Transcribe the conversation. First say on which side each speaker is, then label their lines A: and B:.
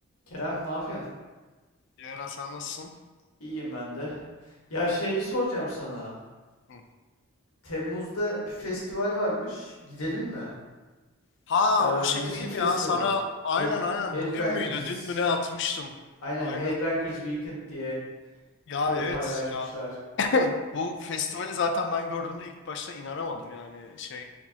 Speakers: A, on the left; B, on the left.
A: Kerem ne yapıyorsun?
B: Yara sen nasılsın?
A: İyiyim ben de. Ya şey soracağım sana.
B: Hı.
A: Temmuz'da bir festival varmış. Gidelim mi?
B: Ha
A: Ee,
B: o şey
A: müzik
B: değil
A: festivali.
B: mi ya sana aynen
A: Head,
B: aynen
A: Headbangers.
B: bugün müydü dün mü ne atmıştım.
A: Aynen
B: Aynen.
A: Headbangers Weekend diye
B: Ya
A: koy-
B: evet
A: paylaşmışlar.
B: ya <clears throat> bu festivali zaten ben gördüğümde ilk başta inanamadım yani şey.